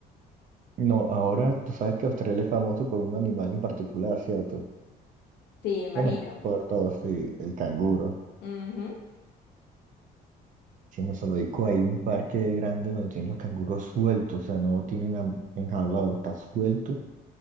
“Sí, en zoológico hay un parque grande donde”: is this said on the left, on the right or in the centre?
Right